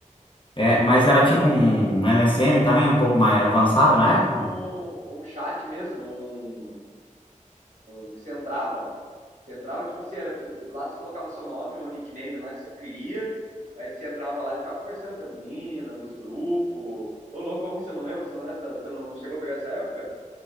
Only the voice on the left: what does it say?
é, mas era tipo um MSN também, um pouco mais avançado
na
época.